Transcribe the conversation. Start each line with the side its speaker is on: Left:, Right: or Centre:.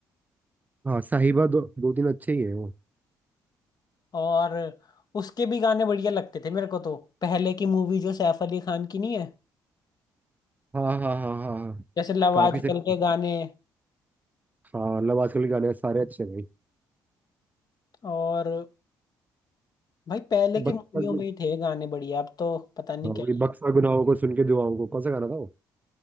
Right: हाँ साहिबा दो दो तीन अच्छे ही है
Left: और उसके भी गाने बढ़िया लगते थे मेरे को तो पहले की मूवी जो सैफ अली खान की नहीं है
Right: हाँ हाँ हाँ हाँ हाँ
Left: जैसे लव
Right: काफी
Left: आजकल
Right: सही
Left: के गाने
Right: हाँ मतलब आजकल के गाने सारे अच्छे हैं भाई
Left: और भाई पहले की
Right: बक्सा
Left: मूवियों
Right: गु-
Left: में ही थे गाने बढ़िया अब तो पता नहीं
Right: हाँ, वही
Left: क्या
Right: बक्सा गुनाहों को सुन के दुआओं को कौन सा गाना था वो